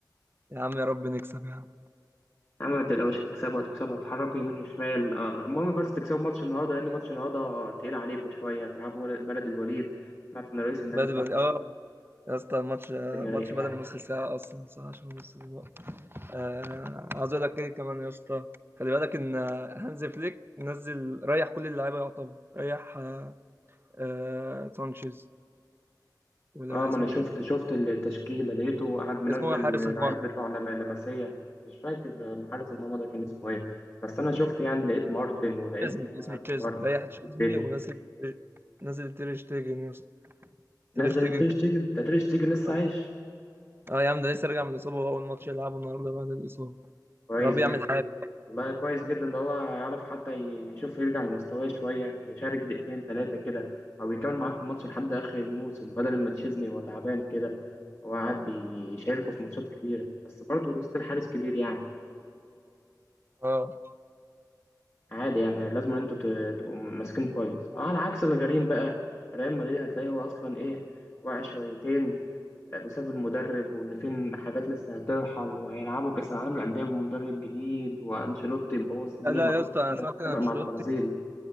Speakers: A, on the right (about 30°); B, on the left (about 35°).
A: يا عم يا رب نكسب يا عم
B: يا عم ما تقلقوش هتكسبوا هتكسبوا هتحركوا يمين وشمال آه، المهم بس تكسبوا ماتش النهارده لأن ماتش النهارده تقيل عليكم شوية هتلعبوا ول- بلد الوليد سمعت إن رئيس النادي
A: بدري
B: بتاعهم
A: بدري اه يا اسطى الماتش الماتش
B: الدنيا رايقة يعني
A: بدأ من نص ساعة أصلا ساعة عشان نص الوقت آه عايز أقول لك إيه كمان يا اسطى خلي بالك إن هانز فليك نزل ريح كل اللعيبة يعتبر ريح آه آه سانشيز ولا
B: اه ما
A: اسمه
B: أنا شفت
A: إيه
B: شفت التشكيلة لقيته قاعد منزل
A: اسمه إيه؟ حارس
B: العيال
A: المرمى
B: بتوع لما- لمسية مش فاكر محارس المرمى ده كان اسمه إيه بس أنا شفت يعني لقيت مارتن ولقيت
A: تشيزني
B: آه،
A: اسمه تشيزني
B: كوبارسي
A: ريح
B: ولقيت
A: تشيزني
B: بدري
A: ونزل نزل تير شتيجن يا اسطى. تير
B: نزل
A: شتيجن
B: تريش تيجن ده تريش تيجن لسه
A: اه
B: عايش
A: آه يا عم ده لسه راجع من الاصابه واول ماتش يلعبه النهارده بعد الاصابه
B: كويس
A: يا رب يعمل
B: جدا
A: حاجه
B: والله كويس جدا ده هو يعرف حتى ي- يشوف يرجع لمستواه شوية يشارك دقيقتين ثلاثة كده أو يكمل معاكم الماتش لحد آخر الموسم بدل ما تشيزني وهو تعبان كده وقاعد بيشاركوا في ماتشات كبيرة بس برضه وسط الحارس كبير يعني
A: اه
B: عادي يعني لازم أن أنتوا ت- تبقوا ماسكين كويس آه، على عكس الغريم بقى ريال مدريد هتلاقيه هو أصلا إيه واقع شويتين آه، بسبب المدرب وإن فين حاجات لسه هترحل وهيلعبوا كأس العالم للأندية بمدرب جديد وأنشيلوتي مبوظ الدنيا
A: لا لا
B: معاه
A: يا اسطى انا سمعت ان
B: اتفق
A: انشيلوتي
B: مع البرازيل